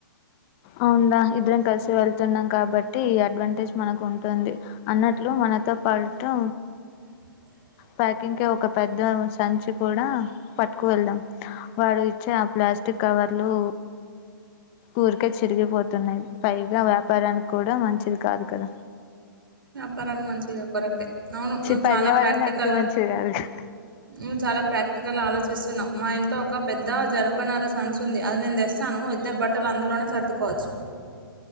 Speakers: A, on the left; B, on the right.
A: అవుందా ఇద్దరం కలిసి వెళ్తున్నాం కాబట్టి ఈ అడ్వాంటేజ్ మనకు ఉంటుంది అన్నట్లు మన నాతో పాటు
B: <inaudible>
A: ప్యాకింగ్ కి ఒక పెద్ద సంచి కూడా పట్టుకువెళ్దాం వాడు ఇచ్చే ఆ ప్లాస్టిక్ కవర్లు ఊరికే చిరిగిపోతున్నాయి పైగా వ్యాపారానికి కూడా మంచిది కాదు కదా
B: వ్యాపారానికి మంచిగా కొరక్టే అవును
A: చి
B: నువ్వు
A: పర్యావరణానికి
B: చాలా ప్రాక్టికల్గా
A: మంచిది కాదు కదా.
B: నువ్ చాలా ప్రాక్టికల్ ఆలోచి స్తున్నావు మా ఇంట్లో ఒక పెద్ద జన్పనార సంచ్ ఉంది అది నేను దెస్తాను ఇద్దరు బట్టలు అందులోనే సర్దుకో వచ్చు